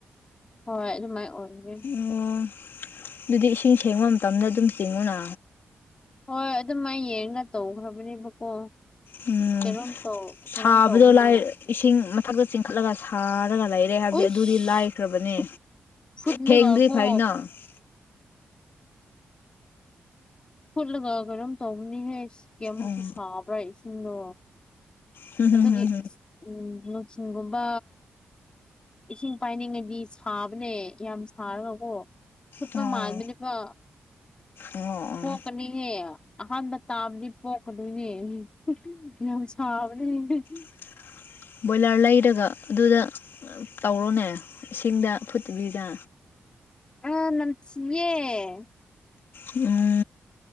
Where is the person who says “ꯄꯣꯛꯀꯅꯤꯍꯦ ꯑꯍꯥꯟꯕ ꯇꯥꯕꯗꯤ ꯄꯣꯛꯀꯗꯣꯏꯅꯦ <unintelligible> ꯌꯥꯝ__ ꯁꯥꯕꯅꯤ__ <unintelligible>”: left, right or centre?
Left